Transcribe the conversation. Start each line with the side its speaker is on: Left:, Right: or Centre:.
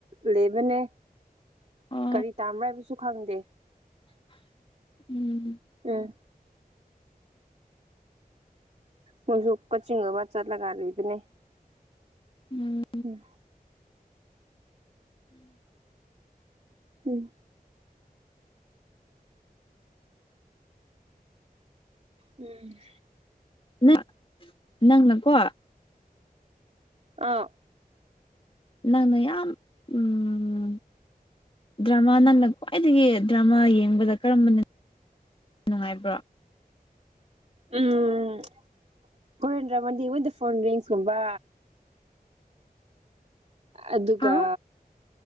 Right: ꯂꯩꯕꯅꯦ
Left: ꯑꯣ
Right: ꯀꯔꯤ ꯇꯥꯟꯕ꯭ꯔ ꯍꯥꯏꯕꯁꯨ ꯈꯪꯗꯦ
Left: ꯎꯝ
Right: ꯎꯝ ꯃꯣꯏꯁꯨ ꯀꫭꯆꯤꯡꯒꯨꯝꯕ ꯆꯠꯂꯒ ꯂꯩꯕꯅꯦ
Left: ꯎꯝ
Right: ꯎꯝ ꯎꯝ ꯎꯝ
Left: ꯅꯪ ꯅꯪꯅꯀꯣ
Right: ꯑꯥ
Left: ꯅꯪꯅ ꯌꯥꯝ ꯎꯝ ꯗ꯭ꯔꯃꯥ ꯅꯪꯅ ꯈ꯭ꯋꯥꯏꯗꯒꯤ ꯗ꯭ꯔꯃꯥ ꯌꯦꯡꯕꯗ ꯀꯔꯝꯕꯅ ꯅꯨꯡꯉꯥꯏꯕ꯭ꯔꯣ
Right: ꯎꯝ ꯀ꯭ꯔꯦꯌꯟ ꯗ꯭ꯔꯃꯥꯗꯤ ꯋꯦꯟ ꯗꯥ ꯐꫭꯟ ꯔꯤꯡꯁ ꯀꯨꯝꯕ ꯑꯗꯨꯒ
Left: ꯍꯥꯎ